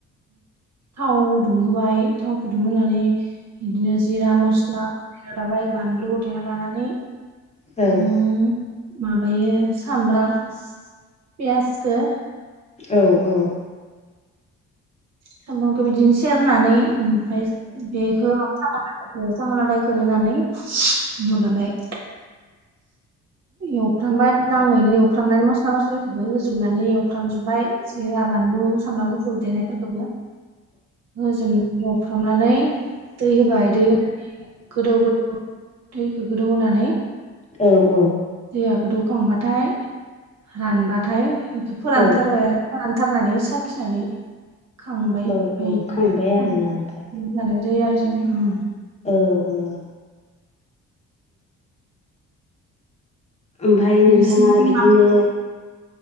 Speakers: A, on the right (about 60°); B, on the left (about 20°).
A: थाव दुंहोबाय थावखौ दुंहोनानै बिदिनो जिरा मस्ला देना लाबाय बानलु देना लानानै
B: औ
A: उम, माबायो सामब्राम पियासदो
B: औ औ।
A: सामब्रामखौ बिदिनो सेरनानै ओमफ्राय बेखौ म साम' साम'लादायखौ होनानै माबाबाय एवफ्रामबाय मोजाङैनो एवफ्रामनानै मस्ला मस्लिखौबो होजोबनानै एवफ्रामजोबबाय सिरा बानलु सामब्राम गुफुर देनायफोरखौबो होजोबनानै एवफ्रामनानै दै होबाय दै होनानै गोदौ गोदौ दैखौ गोदौ होनानै
B: औ औ
A: दैया गोदौखांबाथाय रानबाथाय बेखौ फोरानथारबाय
B: औ
A: आरो। फोरानथारनानै साखिनानै खांबाय
B: औ
A: ओमफाय
B: औ
A: बिदिनो
B: खांबाय आरोना ओमफ्राय
A: लानाय जायो आरो जोंङो
B: औ बुङो ओमफाय नोंथाङा
A: नोंसिनिथिं
B: बिदिनो
A: माबायदि